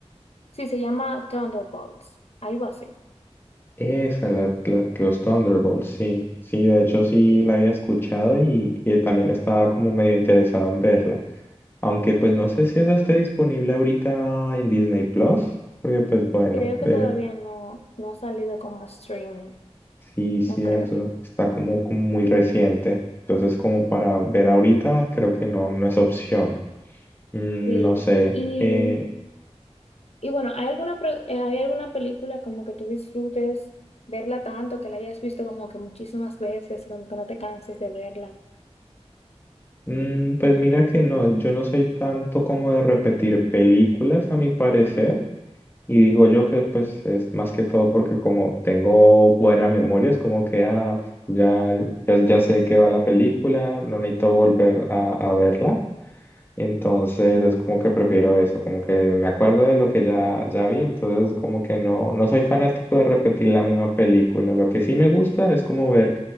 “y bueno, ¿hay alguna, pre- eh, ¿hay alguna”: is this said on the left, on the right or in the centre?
Left